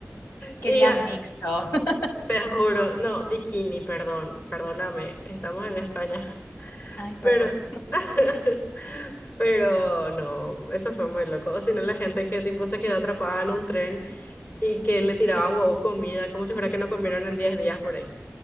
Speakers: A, on the left (about 80°); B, on the left (about 45°).
A: Quería
B: Y eh,
A: mixto. <laughs>
B: te juro, no, bikini, perdón, perdóname, estamos en España.
A: Ay, perdón.
B: Pero, <laughs> pero no, eso fue muy loco. O si no, la gente que tipo se quedó atrapada en un tren y que le tiraban huevo comida, como si fuera que no comieron en 10 días por ahí.